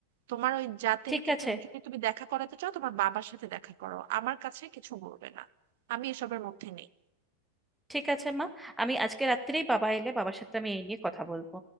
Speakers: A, on the right; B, in the centre.
A: তোমার ওই জাতিনকে
B: ঠিক আছে
A: ত- যদি তুমি দেখা করাতে চাও তোমার বাবার সাথে দেখা করো আমার কাছে কিছু বলবে না আমি এসবের মধ্যে নেই
B: ঠিক আছে মা আমি আজকে রাত্রেই বাবা এলে বাবার সাথে আমি এই নিয়ে কথা বলবো